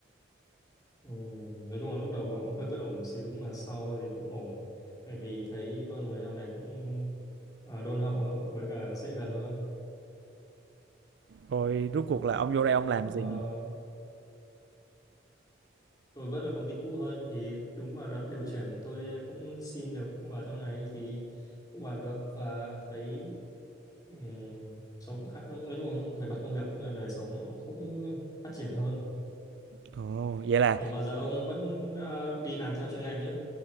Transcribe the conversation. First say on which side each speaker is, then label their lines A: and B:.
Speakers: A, on the left (about 20°); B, on the right (about 70°).
A: Ừ, nói chung là lúc đầu cũng <laughs> hơi bất ổn một xíu nhưng mà sau thì cũng ổn bởi vì thấy con người trong này cũng ờ, đôn hậu hơn với cả dễ gần hơn
B: rồi rốt cuộc là ông vô đây ông làm
A: Ờ,
B: gì
A: tôi vẫn là công ty cũ thôi thì đúng vào đợt điều chuyển thì tôi cũng xin được cũng vào trong này thì cũng vào được và thấy ừ, sống khá nói chung về mặt công việc cũng như là đời sống nó cũng phát triển hơn
B: ồ vậy là
A: còn mà giờ ông vẫn ờ, đi làm theo chuyên ngành chứ